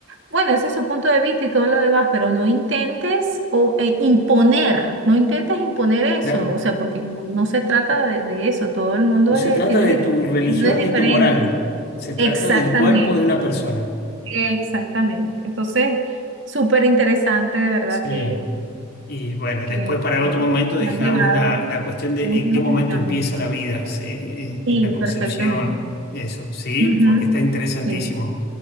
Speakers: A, on the right; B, on the left.
A: bueno, ese es su punto de vista y todo lo demás, pero no intentes o eh, imponer, no intentes imponer eso,
B: claro.
A: o sea, porque no, no se trata de, de eso, todo el mundo
B: No se
A: eh,
B: trata
A: tiene
B: de tu
A: dif-
B: religión
A: opiniones
B: ni
A: diferentes.
B: tu moral, se trata
A: Exactamente,
B: del cuerpo de una persona.
A: exactamente. Entonces, súper interesante de verdad
B: Sí.
A: que,
B: Y bueno,
A: que,
B: después para
A: que
B: otro momento dejamos
A: me ha llevado
B: la,
A: a
B: la cuestión de
A: muchas
B: en qué momento
A: opiniones.
B: empieza la vida, se- eh,
A: Sí,
B: en la concepción,
A: perfectamente.
B: eso, ¿sí?
A: Ujú,
B: Porque está interesantísimo.
A: Sí,